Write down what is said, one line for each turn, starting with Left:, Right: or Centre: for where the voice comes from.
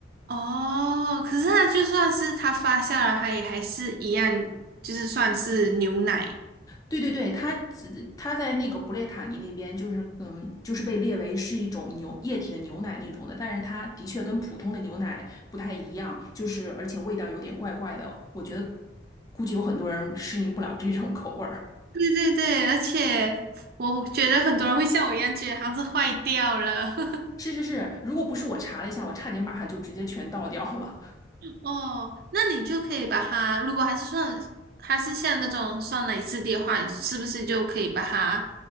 Right: 哦，可是它就算是它发酵了，它也还是一样，就是算是牛奶。
Left: 对对对，它只它在那个布列塔尼那边，就是嗯，就是被列为是一种牛液体的牛奶那种的，但是它的确跟普通的牛奶不太一样，就是而且味道有点怪怪的，我觉得估计有很多人适应不了这种口味儿。
Right: 对对对，而且我觉得很多人会像我一样觉得它是坏掉了。<laughs>
Left: 是是是，如果不是我查了一下，我差点把它就直接全倒掉了。<laughs>
Right: 哦，那你就可以把它，如果还是算，还是像那种酸奶质地的话，你是不是就可以把它